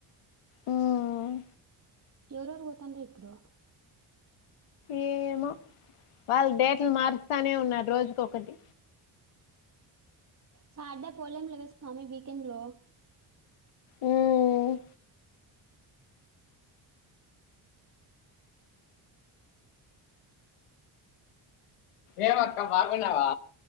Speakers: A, on the left; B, on the right.
A: ఉమ్
B: ఎవరు ఎవరు పోతాండ్రు ఇప్పుడు
A: ఏమో వాళ్ళు డేట్లు మారుత్తానే ఉన్నారు రోజుకొక్కటి
B: సార్డే పోలేం లేవే స్వామి వీకెండ్ లో
A: ఉమ్ ఏవక్క మగున్నావా